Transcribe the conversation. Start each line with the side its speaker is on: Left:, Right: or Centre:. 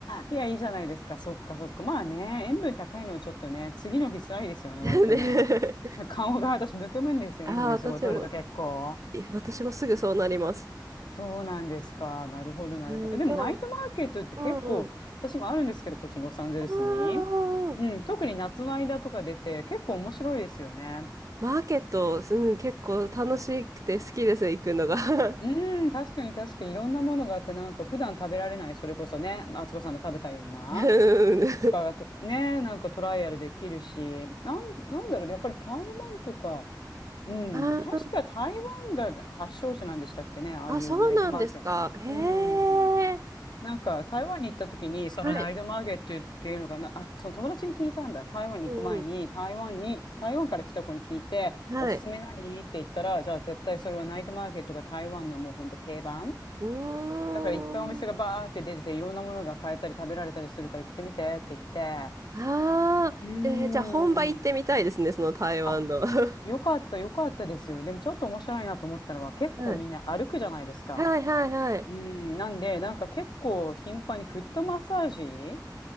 Left: いや、いいじゃないですか。そっかそっか。まあね、塩分高いのはちょっとね、次の日辛いですよね、
Right: <laughs>
Left: 割とね。
Right: ね。
Left: 顔が私むくむんですよ。
Right: ああ、
Left: 塩分すごい取ると結構。
Right: 私も、い私もすぐそうなります。
Left: そうなんですか。なるほど、なるほど。
Right: うん、
Left: でもナイトマーケットって結構、
Right: でも、うんうん。
Left: 私もあるんですけど、こっちのロサンゼルスに。
Right: あー
Left: うん、特に夏の間とか出て、結構面白いですよね。
Right: マーケット、うん、結構楽しくて好きです、行くのが。<laughs>
Left: うん、確かに確かにいろんなものがあって、なんか普段食べられない、それこそね、敦子さんの食べたような、
Right: うん
Left: とか、とかね、なんかトライアルできるし、なん、なんだろうね、やっぱり台湾とか、うん、
Right: あー、
Left: 確か台湾が発祥地なんでしたっけね、ああいうナイトマーケット。
Right: あ、そうなんですか。へえ。
Left: うん。なんか台湾に行った時にそのナイトマーケットっていうのかなあその友達に聞いたんだ台湾に行く前に台湾に台湾から来た子に聞いておすすめ何って言ったらじゃあ絶対それはナイトマーケットが台湾のもうほんと定番
Right: はい。うんうん。はい。うーん。
Left: だからいっぱいお店がバーって出てていろんなものが買えたり食べられたりするから行ってみてって言って
Right: ああ、
Left: うーん
Right: えーじゃあ本場行ってみたいですね、その台湾の。
Left: あ
Right: <laughs> は
Left: よかったよかったですよでもちょっと面白いなと思ったのは結構みんな歩くじゃないですか
Right: い。はいはいはい。
Left: うんなんでなんか結構頻繁にフットマッサージ